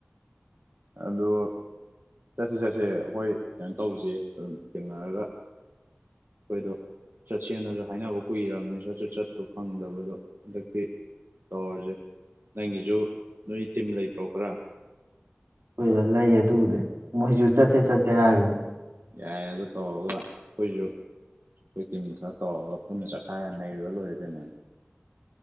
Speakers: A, on the right; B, on the right.
A: ꯑꯗꯣ ꯆꯠꯁꯦ ꯆꯠꯁꯦ ꯑꯩꯈꯣꯏ ꯀꯩꯅꯣ ꯇꯧꯁꯦ ꯑꯗꯨꯝ ꯊꯦꯡꯅꯔꯒ ꯑꯩꯈꯣꯏꯗꯣ ꯆꯠꯁꯦꯅꯁꯨ ꯍꯥꯏꯅꯕ ꯀꯨꯏꯔꯕꯅꯤ ꯆꯠꯁꯨ ꯆꯠꯄ ꯐꯪꯗꯕꯗꯣ ꯍꯟꯗꯛꯇꯤ ꯇꯧꯔꯁꯦ ꯅꯪꯒꯤꯁꯨ ꯅꯣꯏ ꯇꯤꯝ ꯂꯩꯇ꯭ꯔꯣ ꯈꯔꯥ
B: ꯍꯣꯏ ꯂꯩꯌꯦ ꯑꯗꯨꯕꯨꯗꯤ ꯃꯣꯏꯁꯨ ꯆꯠꯁꯦ ꯆꯠꯁꯦ ꯍꯥꯏꯕꯅꯤ
A: ꯌꯥꯏꯌꯦ ꯑꯗꯨ ꯇꯧꯔꯒ ꯑꯩꯈꯣꯏꯁꯨ ꯑꯩꯈꯣꯏ ꯇꯤꯝ ꯈꯔ ꯇꯧꯔꯒ ꯄꯨꯟꯅ ꯆꯠꯈꯥꯏꯔꯒ ꯅꯩꯔꯨꯔ ꯂꯣꯏꯔꯦ ꯀꯩꯅꯣ